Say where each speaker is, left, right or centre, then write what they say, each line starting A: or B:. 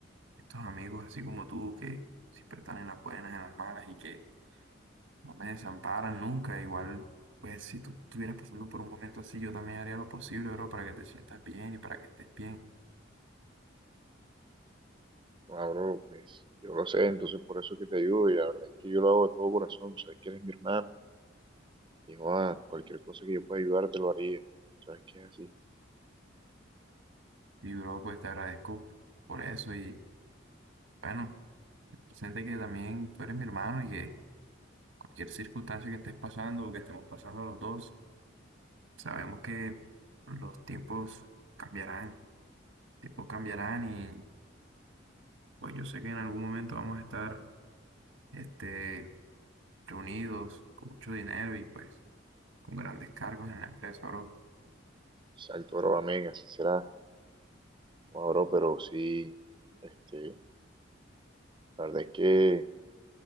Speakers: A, on the right (about 85°); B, on the right (about 25°).
A: Estos amigos así como tú que siempre están en las buenas, en las malas y que no me desamparan nunca. Igual, pues si tú estuvieras pasando por un momento así, yo también haría lo posible, bro, para que te sientas bien y para que estés bien.
B: no, bro, pues yo lo sé, entonces por eso que te ayudo y la verdad es que yo lo hago de todo corazón. Sabes que eres mi hermano y Juan, cualquier cosa que yo pueda ayudar te lo haría. Sabes que es así.
A: Y, bro, pues te agradezco por eso y bueno, ten presente que también tú eres mi hermano y que cualquier circunstancia que estés pasando o que estemos pasando los dos, sabemos que los tiempos cambiarán, tiempos cambiarán y pues yo sé que en algún momento vamos a estar, este reunidos, con mucho dinero y pues con grandes cargos en la empresa, bro.
B: Exacto, bro, amén, así será. Bueno, bro, pero sí, este, la verdad es que